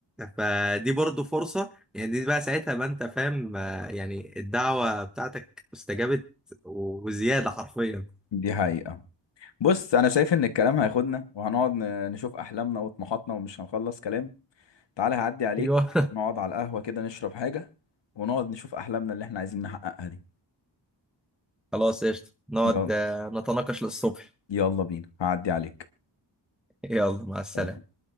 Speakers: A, in the centre; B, on the left (about 75°).
A: فدي برضو فرصة يعني دي بقى ساعتها بقى انت فاهم آه، يعني الدعوة بتاعتك استجابت وزيادة حرفيا
B: دي حقيقة بص انا شايف ان الكلام هياخدنا وهنقعد ن- نشوف احلامنا وطموحاتنا ومش هنخلص كلام تعالى هعدي عليك
A: ايوه
B: نقعد على القهوة كده نشرب حاجة ونقعد نشوف أحلامنا اللي احنا عايزين نحققها دي
A: <laughs> خلاص قشطة نقعد
B: يلا
A: آه، نتناقش للصبح
B: يلا بينا هعدي عليك
A: يلا مع السلامة
B: سلام